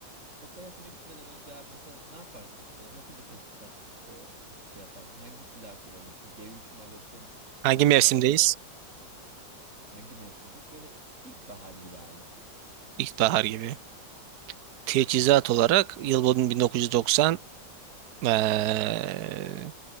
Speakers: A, on the right; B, on the right.
A: operasyona gitmeden önce abi mesela ne yaparsın? Ee, nasıl bir teşhisat e, şey yaparsın? Hangi silah kullanırsın? g üç mü alırsın?
B: Hangi
A: Yoksa
B: mevsimdeyiz?
A: e, hangi mevsimdeyiz? Böyle ilkbahar gibi abi.
B: İlkbahar gibi. Teçhizat olarak yıl boyunca 1990 eee